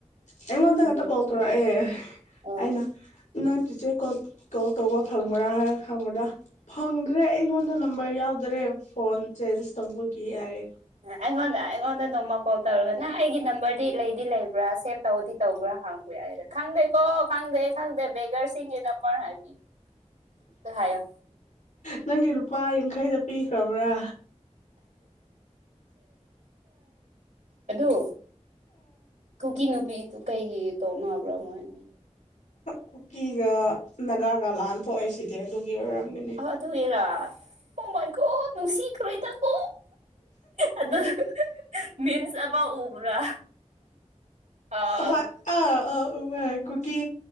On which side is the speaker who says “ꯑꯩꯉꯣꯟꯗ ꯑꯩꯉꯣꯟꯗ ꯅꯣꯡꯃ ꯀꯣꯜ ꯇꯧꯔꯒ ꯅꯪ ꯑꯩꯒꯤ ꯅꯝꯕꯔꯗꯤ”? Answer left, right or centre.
Right